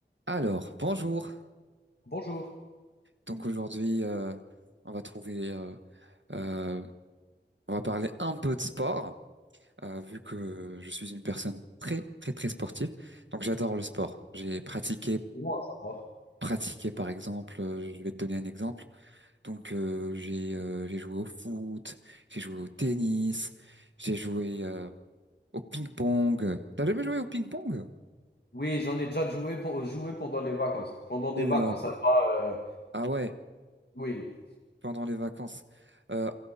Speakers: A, on the right (about 80°); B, on the left (about 60°).
A: Alors, bonjour.
B: Bonjour.
A: Donc aujourd'hui, euh, on va trouver, euh, euh, on va parler un peu de sport, euh, vu que je suis une personne très, très, très sportive. Donc j'adore le sport. J'ai pratiqué,
B: moi ça va?
A: pratiqué par exemple, euh, je vais te donner un exemple. Donc euh, j'ai, euh, j'ai joué au foot, j'ai joué au tennis, j'ai joué euh, au ping-pong. T'as jamais joué au ping-pong?
B: Oui, j'en ai déjà joué, pour, joué pendant les vacances. Pendant des
A: Oula.
B: vacances, ça va. euh,
A: Ah ouais.
B: oui,
A: Pendant les vacances. Euh,